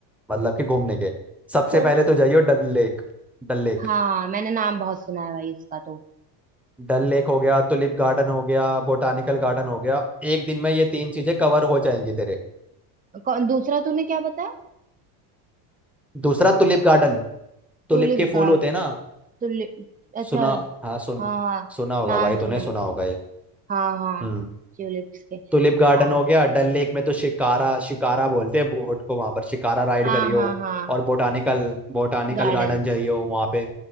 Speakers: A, in the centre; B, on the right.
A: मतलब कि घूमने के
B: अच्छा
A: सबसे पहले तो जाइयो Dal lake Dal lake
B: हाँ मैंने नाम बहुत सुना है भाई इसका तो
A: Dal lake हो गया टुलिप गार्डन हो गया बोटानिकल गार्डन हो गया एक दिन में ये तीन चीजें कवर हो जाएंगी तेरे
B: कौन दूसरा तूने क्या बताया
A: दूसरा टुलिप गार्डन टुलिप
B: Tulip
A: के फूल
B: guard
A: होते हैं ना
B: tulip अच्छा
A: सुना
B: हाँ
A: हाँ सुन
B: हाँ
A: सुना होगा
B: नाम
A: भाई तूने
B: सुना
A: सुना होगा ये
B: हाँ हाँ
A: हम्म
B: ट्यूलिप्स के
A: टुलिप गार्डन
B: हाँ
A: हो गया डल लेक में तो शिकारा शिकारा बोलते हैं बोट को वहां पर शिकारा राइड
B: हाँ
A: करियो
B: हाँ हाँ
A: और बोटानिकल बोटानिकल
B: गार्डन
A: गार्डन जाइयो वहां पे